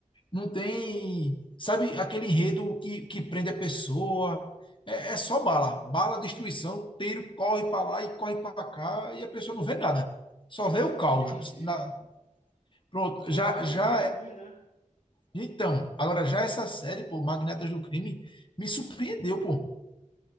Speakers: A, on the left; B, on the left.
A: Não tem, sabe, aquele enredo que, que prende a pessoa. É, é só bala, bala, destruição, tiro, corre para lá e corre para cá e a pessoa não vê nada. Só vê o
B: entendi.
A: caos. Na- pronto,
B: Pô,
A: já,
B: aí
A: já.
B: é ruim,
A: é-
B: né?
A: Então, agora já essa série, pô, Magnatas do Crime, me surpreendeu, pô.